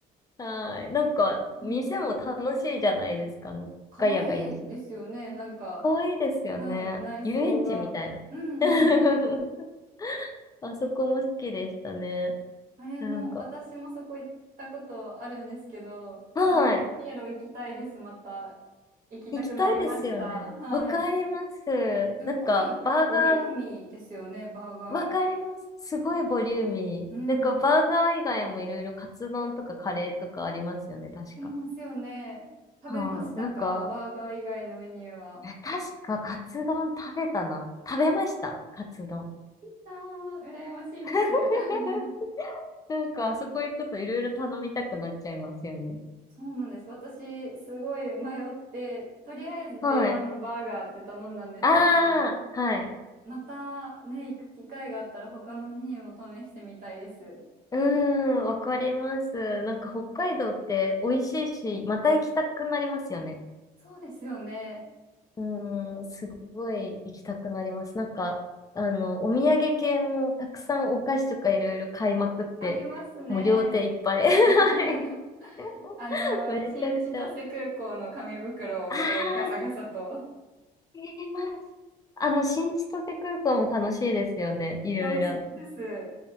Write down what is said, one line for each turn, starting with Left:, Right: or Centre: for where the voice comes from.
Left: はい。なんか、
Right: はい。
Left: 店も楽しいじゃないですか、
Right: あ、
Left: あの、
Right: 可愛いいですよね。
Left: ガヤガヤ
Right: なんか、
Left: かわいいですよね。
Right: はい。内装が。
Left: 遊園地みたいな。
Right: うんうん。
Left: <laughs> あそこも好きでしたね。
Right: あれも、
Left: なんか、
Right: 私もそこ行ったことあるんですけど、
Left: はい。
Right: ラッキーピエロ行きたいです、また。行きたくなりました。
Left: 行きたいですよね。
Right: はい。
Left: わかります。
Right: すっごいボリューミーですよね、
Left: なんか、バーガー、
Right: バーガー。
Left: わかります。すごいボリューミー。
Right: うん。
Left: なんか、バーガー以外もいろいろカツ丼とかカレーとかありますよね、
Right: うん
Left: 確か。
Right: ありますよね。食べましたかバーガー以外のメニューは。
Left: はい。なんか、え確かカツ丼食べたな。食べました、
Right: あ、
Left: カツ丼。
Right: いいなー羨ましいです。
Left: <laughs>
Right: <laughs>
Left: なんか、あそこ行くといろいろ頼みたくなっちゃいますよね。
Right: そうなんです。私、すごい迷って、とりあえず定番のバーガーって頼んだんですけど、
Left: はい。ああ、はい。
Right: またね、行く機会があったら他のメニューも試してみたいです。
Left: うーん、わかります。なんか北海道って美味しいし、また行きたくなりますよね。
Right: そうですよね。
Left: うーん、すごい行きたくなります。なんか、あの、お土産系もたくさんお菓子とかいろいろ買いまくって、
Right: ありますね。
Left: もう両手いっぱい。
Right: <laughs>
Left: <laughs> はい。<laughs>
Right: あの、
Left: めちゃくちゃ。
Right: 新千歳空港の紙袋をこうガサガサと
Left: ああ、あります。あの、新千歳空港も楽しいですよね。いろいろあっ
Right: 楽しみです。